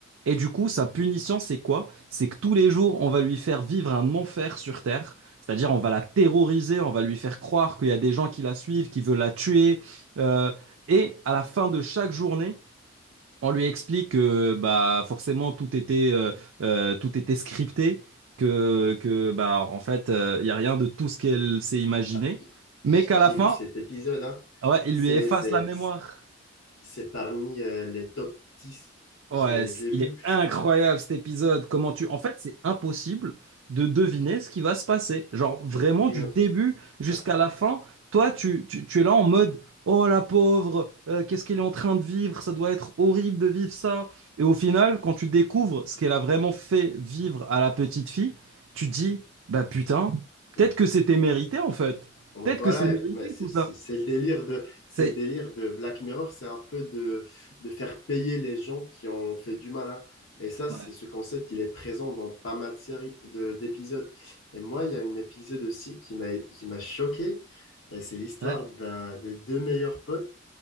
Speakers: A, on the right; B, on the left.
A: et du coup sa punition c'est quoi? C'est que tous les jours on va lui faire vivre un enfer sur Terre c'est-à-dire, on va la terroriser, on va lui faire croire qu'il y a des gens qui la suivent, qui veulent la tuer. Euh, et à la fin de chaque journée, on lui explique que bah, forcément tout était, euh, euh, tout était scripté, que, que bah, en fait, euh, il n'y a rien de tout ce qu'elle s'est imaginé.
B: Bah, j-
A: Mais qu'à
B: j'ai
A: la fin,
B: vu cet épisode, hein.
A: ouais, il
B: C'est,
A: lui efface
B: c'est,
A: la mémoire.
B: c'est parmi euh, les top dix
A: Ouais,
B: Je l'ai,
A: c-
B: je l'ai
A: il
B: vu.
A: est incroyable cet épisode. Comment tu... En fait, c'est impossible de deviner ce qui va se passer. Genre, vraiment,
B: Bien,
A: du début jusqu'à
B: bah,
A: la fin, toi, tu, tu, tu es là en mode, oh la pauvre, euh, qu'est-ce qu'elle est en train de vivre? Ça doit être horrible de vivre ça. Et au final, quand tu découvres ce qu'elle a vraiment fait vivre à la petite fille, tu te dis, bah putain,
B: Ouais.
A: peut-être que c'était mérité en fait.
B: Bon,
A: Peut-être
B: ben Voilà,
A: que c'est mérité
B: mais c'est
A: tout ça.
B: c'est- c'est le délire de, c'est
A: C'est...
B: le délire de Black Mirror, c'est un peu de, de faire payer les gens qui ont fait du mal, hein. Et ça,
A: Ouais.
B: c'est ce concept, il est présent dans pas mal de séries, de, d'épisodes. Et moi, il y a un épisode aussi qui m'a, qui m'a choqué. Et C'est l'histoire
A: Ouais.
B: d'un, de deux meilleurs potes